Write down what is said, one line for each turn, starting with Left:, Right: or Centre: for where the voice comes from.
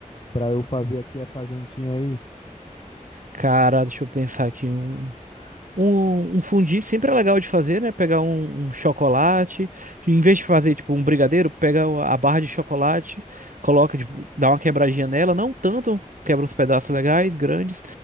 Left: pra eu fazer aqui essa jantinha aí.
Right: cara, deixa eu pensar aqui um. Um, um fondue sempre é legal de fazer, né? Pegar um, um chocolate, em vez de fazer tipo um brigadeiro, pega a barra de chocolate, coloca, tipo, dá uma quebradinha nela, não tanto, quebra uns pedaços legais, grandes,